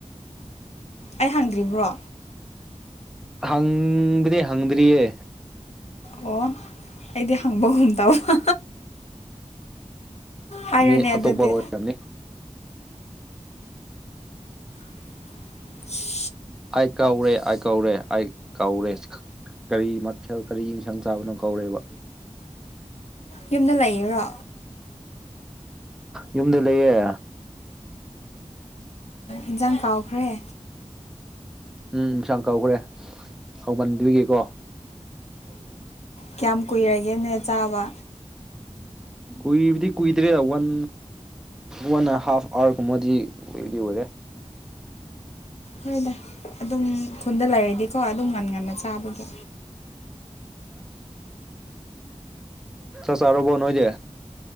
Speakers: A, on the left (about 65°); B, in the centre.
A: ꯑꯩ ꯍꯪꯗ꯭ꯔꯤꯕ꯭ꯔꯣ
B: ꯍꯪꯗꯔꯤ ꯍꯪꯗ꯭ꯔꯤꯌꯦ
A: ꯑꯣ ꯑꯩꯗꯤ ꯍꯪꯕꯒꯨꯝ ꯇꯧꯕ ꯍꯥꯏꯔꯣꯅꯦ
B: ꯃꯤ ꯑꯇꯣꯞꯄ
A: ꯑꯗꯨꯗꯤ
B: ꯑꯣꯏꯔꯝꯅꯤ
A: <inaudible>
B: ꯑꯩ ꯀꯥꯎꯔꯦ ꯑꯩ ꯀꯥꯎꯔꯦ ꯑꯩ ꯀꯥꯎꯔꯦ ꯀꯔꯤ ꯃꯊꯦꯜ ꯀꯔꯤ ꯌꯦꯟꯁꯥꯡ ꯆꯥꯕꯅꯣ ꯀꯧꯔꯦꯕ
A: ꯌꯨꯝꯗ ꯂꯩꯌꯦꯔꯣ
B: ꯌꯨꯝꯗ ꯂꯩꯌꯦ
A: ꯏꯟꯁꯥꯡ ꯀꯥꯎꯈ꯭ꯔꯦ
B: ꯎꯝ ꯏꯟꯁꯥꯡ ꯀꯧꯈ꯭ꯔꯦ ꯍꯥꯎꯃꯟꯗꯨꯒꯤꯀꯣ
A: ꯀꯌꯥꯝ ꯀꯨꯏꯔꯒꯦꯅꯦ ꯆꯥꯕ
B: ꯀꯨꯏꯕꯗꯤ ꯀꯨꯏꯗ꯭ꯔꯦ ꯋꯥꯟ ꯋꯥꯟꯅ ꯍꯥꯐ ꯑꯋꯥꯔ ꯀꯨꯝ ꯃꯗꯤ ꯎꯗꯤ ꯑꯣꯏꯔꯦ
A: ꯍꯣꯏꯗ ꯑꯗꯨꯝ ꯈꯨꯟꯗ ꯂꯩꯔꯗꯤꯀꯣ ꯑꯗꯨꯝ ꯉꯟ ꯉꯟꯅ ꯆꯥꯕꯒꯤ
B: ꯆꯆꯥꯔꯕꯣ ꯅꯣꯏꯗꯤ